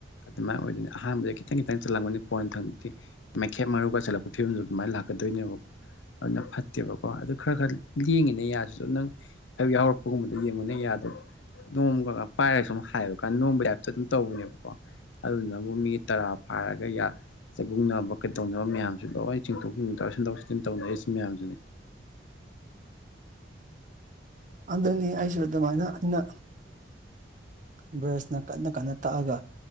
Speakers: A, on the left (about 85°); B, on the right (about 45°).
A: ꯑꯗꯨꯃꯥꯏꯅ ꯑꯣꯏꯗꯣꯢꯅꯤ ꯑꯍꯥꯟꯕꯗ ꯈꯤꯇꯪ ꯈꯤꯇꯪ ꯆꯜꯂꯝꯒꯅꯤ ꯀꯣꯟꯅ ꯊꯪꯗꯗꯤ ꯃꯩꯈꯦꯠ ꯃꯔꯨꯒ ꯆꯠꯂꯛꯄ ꯐꯤꯕꯝꯗ ꯑꯗꯨꯃꯥꯏ ꯂꯥꯛꯀꯗꯣꯏꯅꯤ ꯅꯕ ꯑꯗꯣ ꯐꯠꯇꯦꯕꯀꯣ ꯑꯗꯨ ꯈꯔ ꯈꯔ ꯂꯦꯡꯉꯤꯅꯦ ꯌꯥꯁꯤꯁꯨ ꯅꯪ ꯌꯥꯎꯔꯛꯄꯒꯨꯝꯕꯗ ꯌꯦꯡꯉꯨꯅꯦ ꯌꯥꯗꯣ ꯅꯣꯡꯃꯒꯒ ꯄꯥꯏꯔꯒ ꯁꯨꯝ ꯍꯥꯏꯕꯀꯥꯟ ꯅꯣꯝꯝꯕꯩ ꯍꯥꯏꯞꯇ ꯑꯗꯨꯝ ꯇꯧꯕꯅꯦꯕꯀꯣ ꯑꯗꯨꯗꯨꯅꯕꯨ ꯃꯤ ꯇꯔꯥ ꯐꯥꯔꯒ ꯌꯥ ꯆꯛꯒꯨꯡꯅꯕ ꯀꯩꯗꯧꯅꯕ ꯃꯌꯥꯝꯁꯨ ꯂꯣꯏ ꯆꯤꯡꯊꯣꯛ ꯁꯤꯟꯗꯣꯛ ꯁꯤꯖꯤꯟ ꯇꯧꯅꯩ ꯁꯤ ꯃꯌꯥꯝꯁꯤꯅꯤ
B: <inaudible> ꯑꯗꯨꯅꯦ ꯑꯩꯁꯨ ꯑꯗꯨꯃꯥꯏꯅ ꯑꯗꯨꯅ ꯕ꯭ꯔꯁꯅ ꯀꯟꯅ ꯀꯟꯅ ꯇꯛꯑꯒ